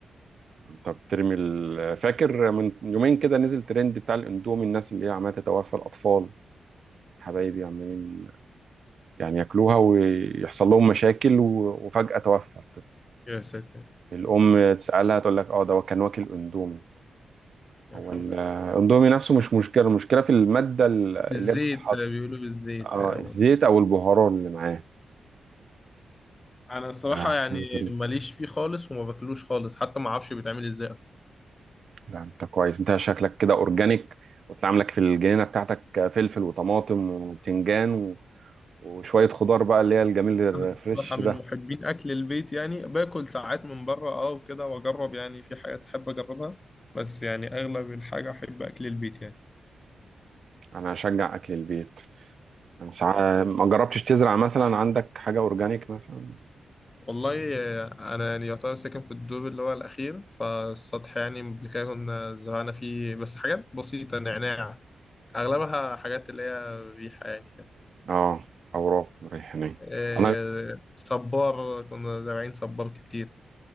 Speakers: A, on the right; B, on the left.
A: انت بترمي ال- فاكر من يومين كده نزل ترند بتاع الاندومي الناس اللي هي عمالة تتوفى الأطفال حبايبي عمالين يعني ياكلوها ويحصل لهم مشاكل و- وفجأة توفى الطفل
B: يا ساتر
A: الأم تسألها تقول لك اه ده كان واكل اندومي
B: يا
A: هو
B: حول
A: ال- الاندومي نفسه مش مشكلة المشكلة في المادة اللي
B: بالزيت
A: هي بتتحط
B: بيقولوا بالزيت
A: اه
B: أو
A: الزيت أو البهارات اللي معاه
B: أنا الصراحة
A: لا
B: يعني
A: حاجة غريبة
B: ماليش فيه خالص وما باكلوش خالص حتى ما أعرفش بيتعمل إزاي أصلا
A: لا أنت كويس أنت شكلك كده أورجانيك وتلاقي عاملك في الجنينة بتاعتك فلفل وطماطم وبتنجان و- وشوية خضار بقى اللي هي الجميل الفريش
B: أنا الصراحة من
A: ده
B: محبين أكل البيت يعني باكل ساعات من بره أه وكده وأجرب يعني في حاجات أحب أجربها بس يعني أغلب الحاجة أحب أكل البيت يعني
A: أنا أشجع أكل البيت سع- ما جربتش تزرع مثلا عندك حاجة أورجانيك مثلا
B: والله آه، أنا يعني يعتبر ساكن في الدور اللي هو الأخير فالسطح يعني قبل كده كنا زرعنا فيه بس حاجات بسيطة نعناع أغلبها حاجات اللي هي ريحة يعني كده
A: اه أوراق ريحانية
B: آه،
A: أنا
B: صبار كنا زارعين صبار كتير